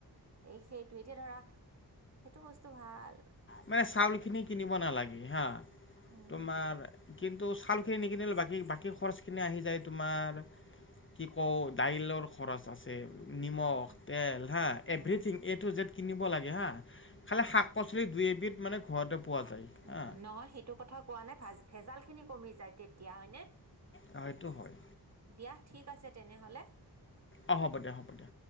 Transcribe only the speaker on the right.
এই সেইটো এতিয়া ধৰা সেইটো বস্তু ভাল
উম
উম
উম
অ
নহয় সেইটো কথা কোৱা নাই ভ ভেজাল খিনি কমি যায় তেতিয়া হয়নে
দিয়া ঠিক আছে তেনেহ'লে